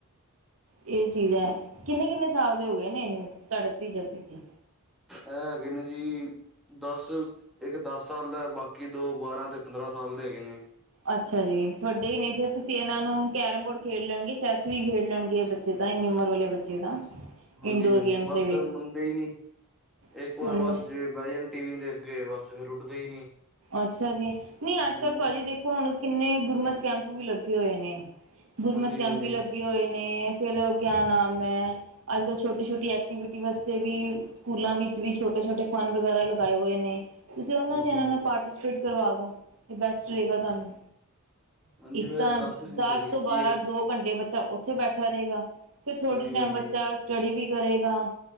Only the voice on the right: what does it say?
ਇਹ ਚੀਜ਼ ਹੈ ਕਿੰਨੇ ਕਿੰਨੇ ਸਾਲ ਦੇ ਹੋ ਗਏ ਨੇ ਇਹ ਤੁਹਾਡੇ ਭਤੀਜਾ ਭਤੀਜੇ
ਅੱਛਾ ਜੀ ਵੱਡੇ ਹੀ ਨੇ ਫੇਰ ਅਸੀ ਏਨਾ ਨੂੰ ਕੈਰਮ ਬੋਰਡ ਖੇਡ ਲਣਗੇ, ਚੈਸ ਵੀ ਖੇਡ ਲਣਗੇ, ਬੱਚੇ ਤਾਂ ਇੰਨੀ ਉਮਰ ਵਾਲੇ ਬੱਚੇ ਤਾਂ
ਇਨਡੋਰ ਗੇਮਸ
ਦੇ
ਵਿੱਚ
ਅੱਛਾ ਜੀ ਨੀ ਅੱਜ-ਕੱਲ
ਪਾਜੀ ਦੇਖੋ ਹੁਣ ਕਿੰਨੇ ਗੁਰਮਤ ਕੈਂਪ ਵੀ ਲੱਗੇ ਹੋਏ ਨੇ, ਗੁਰਮਤ
ਕੈਂਪ
ਵੀ ਲੱਗ ਗੇ ਹੋਏ ਨੇ ਫੇਰ ਕਿਆ ਨਾਮ ਏ, ਅੱਜ-ਕੱਲ੍ਹ ਛੋਟੀ-ਛੋਟੀ ਐਕਟੀਵਿਟੀ ਵਾਸਤੇ ਵੀ ਸਕੂਲਾਂ ਵਿੱਚ ਵੀ ਛੋਟੇ-ਛੋਟੇ ਫਨ ਵਗੈਰਾ ਲਗਾਏ ਹੋਏ ਨੇ ਜ
ਓਨਾ ਚ ਏਨਾ
ਨੂੰ ਪਾਰਟੀਸਪੇਟ ਕਰਵਾ ਦਿਉ ਤੇ ਬੈਸਟ ਰਹੇਗਾ ਤਾਨੂੰ
ਏਕ
ਤਾਂ
ਦਸ
ਤੋਂ
ਬਾਰਾਂ
ਦੋ ਘੰਟੇ ਬੱਚਾ ਓਥੇ ਬੈਠਾ ਰਹੇਗਾ ਫੇਰ ਥੋੜ੍ਹੇ
ਟੇਮ
ਬੱਚਾ ਸਟੱਡੀ ਵੀ ਕਰੇਗਾ